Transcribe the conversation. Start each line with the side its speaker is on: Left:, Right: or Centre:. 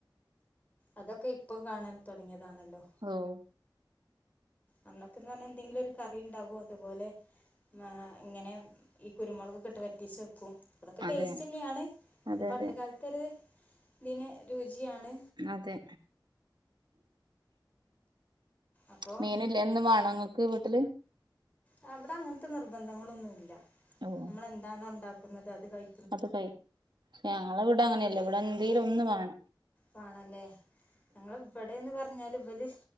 Left: അതൊക്കെ ഇപ്പം കാണാൻ തൊടങ്ങിയതാണല്ലോ
Right: ഓഹ്
Left: അന്നെത്തെ എന്ന് പറഞ്ഞാൽ എന്തെങ്കിലൊരു കറി ഉണ്ടാകോ അതുപോലെ മാ ഇങ്ങനെ ഈ കുരുമൊളക് ഒക്കെ ഇട്ട് വറ്റിച്ച് വെക്കും അതൊക്കെ ടേസ്റ്റ്
Right: അതെ
Left: തന്നെ ആണ് അത്
Right: അതെ
Left: പണ്ട്
Right: അതെ
Left: കാലത്ത് ഒര് ഇതിന് രുചി ആണ്.
Right: അതെ
Left: അപ്പോൾ
Right: മീന് ഇല്ലെ എന്നും വാണോ ഇങ്ങക്ക് വീട്ടില്
Left: ആഹ് ഇവടെ അങ്ങൻത്തെ നിർബന്ധങ്ങള് ഒന്നുല്ല
Right: ഓ
Left: നമ്മള് എന്താണോ ഇണ്ടാക്ക്ന്നത് അത് കഴി
Right: അത് കഴി ഏഹ് ഞങ്ങളെ ഇവടെ അങ്ങനെ അല്ല ഇവടെ എന്തേലും ഒന്ന്‌ വാണം.
Left: വാണം ഇല്ലേ ഞങ്ങള് വ്ടെന്ന് പർഞ്ഞാല് ഇവല്